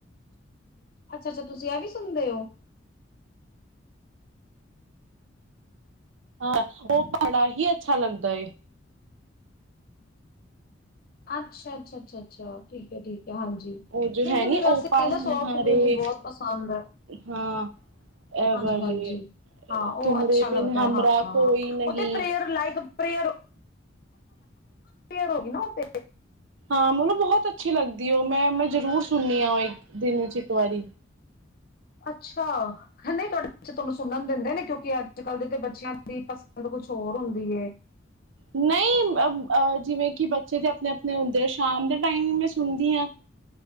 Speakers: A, on the left (about 50°); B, on the right (about 80°).
A: ਅੱਛਾ ਅੱਛਾ ਤੁਸੀਂ ਇਹ ਵੀ ਸੁਣਦੇ ਹੋ
B: ਹਾਂ ਉਹ ਭੜਾ ਹੀ ਅੱਛਾ ਲੱਗਦਾ
A: ਅੱਛਾ ਅੱਛਾ ਅੱਛਾ ਅੱਛ ਠੀਕ ਹੈ ਠੀਕ ਹੈ ਹਾਂਜੀ
B: ਉਹ ਜੋ
A: ਮੈਨੂੰ
B: ਹੈ ਨੀ
A: ਵੀ ਵੈਸੇ
B: ਉਹ ਪਾਲ
A: ਇਹਦਾ
B: ਹਨਹਾਰੇ
A: ਸੋਫਟ ਮਿਊਜਿਕ ਬਹੁਤ ਪਸੰਦ ਹੈ
B: ਹਾਂ ਇਹ
A: ਹਾਂਜੀ
B: ਵਾਲੇ
A: ਹਾਂਜੀ ਹਾਂ ਉਹ
B: ਤੁਮਰੇ
A: ਅੱਛਾ ਲੱਗਦਾ
B: ਬਿਨ ਹਮਾਰਾ
A: ਹਾਂ ਹ
B: ਕੋਈ ਨਹੀਂ
A: ਉਹ ਤੇ ਪ੍ਰੇਅਰ ਲਾਈਕ ਪ੍ਰੇਅਰ ਹੋਈ ਨਾ ਉਥ
B: ਹਾਂ ਮੈਨੂੰ ਬਹੁਤ ਅੱਛੀ ਲੱਗਦੀ ਉਹ ਮੈਂ ਮੈਂ ਜ਼ਰੂਰ ਸੁਣਨੀ ਆਾਂ ਉਹ ਇੱਕ ਦਿਨ ਚ ਇੱਕ ਵਾਰੀ
A: ਅੱਛਾ ਨਹੀਂ ਤੁਹਾਡੇ ਬੱਚੇ ਤੁਹਾਨੂੰ ਸੁਣਨ ਦਿੰਦੇ ਨੇ ਕਿਉਂਕਿ ਅੱਜ ਕੱਲ ਦੇ ਤੇ ਬੱਚਿਆਂ ਦੀ ਪਸੰਦ ਕੁਛ ਹੋਰ ਹੁੰਦੀ
B: ਨਹੀਂ ਅ ਜਿਵੇਂ ਕਿ ਬੱਚੇ ਦੇ ਆਪਣੇ ਆਪਣੇ ਹੁੰਦੇ ਆ ਸ਼ਾਮ ਦੇ ਟਾਈਮਿੰਗ ਵਿੱਚ ਸੁਦੀਆਂ